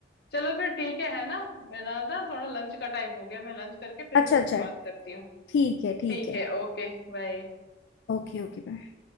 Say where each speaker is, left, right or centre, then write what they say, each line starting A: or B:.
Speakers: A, on the left (about 55°); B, on the left (about 75°).
A: चलो फिर ठीक है है ना मेरा ना थोड़ा लंच का टाइम हो गया मैं लंच करके फिर
B: अच्छा
A: तुझसे
B: अच्छा
A: बात करती हूँ
B: ठीक है ठीक
A: ठीक
B: है
A: है Okay bye
B: Okay okay बाय